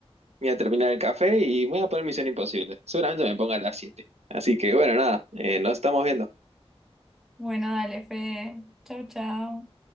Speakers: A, on the right; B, in the centre.
A: voy a terminar el café y me voy a poner Misión Imposible. Seguramente me ponga a las siete Así que bueno, nada, eh, nos estamos viendo.
B: Bueno, dale, Fede. Chau, chau.